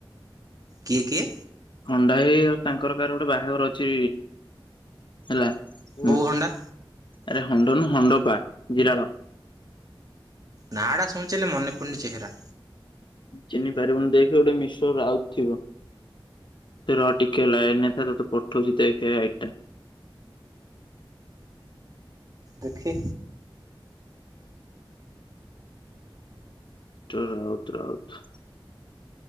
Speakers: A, on the right; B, on the left.
A: କିଏ କିଏ?
B: ହଣ୍ଡା ହେଇ ତାଙ୍କର କାହାର ଗୋଟେ ବାହାଘର ଅଛି ହେଲା ହଁ
A: କୋଉ ହଣ୍ଡା?
B: ଆରେ ହଣ୍ଡନୁ ହଣ୍ଡ ପା ଜିରାଳ
A: ନାଁ ଟା ଶୁଣିୁଚେ ମନେ ପୁଡ଼ନି ଚେହେରା
B: ଚିହ୍ନି ପାରିବୁନ ଦେଖ ଗୋଟେ ମିଷ୍ଟର ରାଉ ଥିବ ତୁ ରହ ଟିକେ ଲାଇନ୍ ରେ ରହ ତୋତେ ପଠଉଛି ଦେଖ ଆଇଡି ଟା।
A: ଦେଖି?
B: ଟର ରାଉତ ରାଉତ